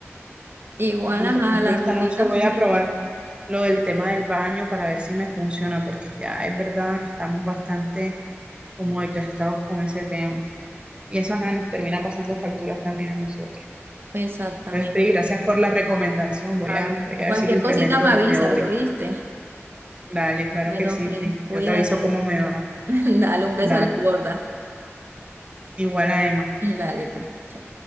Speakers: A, on the right; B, on the right.
A: Igual,
B: Bueno,
A: ajá,
B: Entonces
A: las
B: yo esta
A: rutinas
B: noche voy
A: son
B: a
A: distintas.
B: probar lo del tema del baño para ver si me funciona, porque ya es verdad que estamos bastante como desgastados con ese tema. Y eso ajá, nos termina pasando facturas también a nosotros.
A: Exactamente.
B: Entonces, Pri, gracias por la recomendación. Voy
A: Ah,
B: a,
A: no.
B: voy a
A: Cualquier
B: ver si lo implemento
A: cosita me
B: desde
A: avisas,
B: hoy.
A: ¿oíste?
B: Dale, claro
A: Bueno,
B: que sí,
A: Prin,
B: Pri.
A: cuídate.
B: Yo te aviso cómo me va.
A: <laughs> Dale un beso
B: Dale.
A: a la gorda.
B: Igual a Emma.
A: Dale, pero. chao.